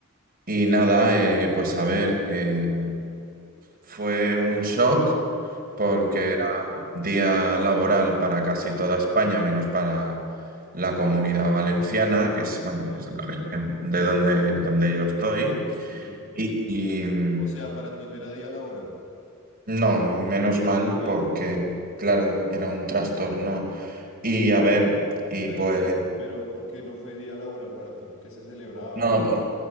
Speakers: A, on the right; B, on the left.
A: y nada, eh, pues a ver, eh, fue un shock
B: Sí,
A: porque día laboral para casi toda España, menos para la Comunidad Valenciana, que es,
B: ok,
A: bueno, es la región de donde, donde yo estoy.
B: sí.
A: Y, y mm,
B: O sea, para ti no era día laboral.
A: no, y menos mal
B: ¿Qué?
A: porque, claro, era un trastorno. Y a ver, y
B: Espera,
A: pues,
B: espera. Pero ¿por qué no fue día laboral para ti? ¿Qué se celebraba
A: no,
B: o
A: pues,